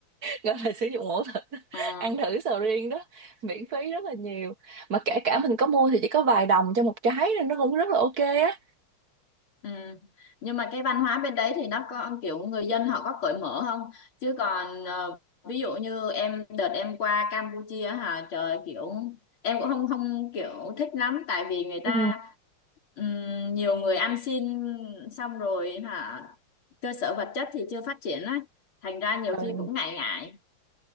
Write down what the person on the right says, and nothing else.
gọi là sử dụng mẫu thử <laughs>
ăn thử sầu riêng đó miễn phí rất là nhiều mà kể cả mình có mua thì chỉ có vài đồng cho một trái nên nó cũng rất là ok á
Ừ.
Ừ.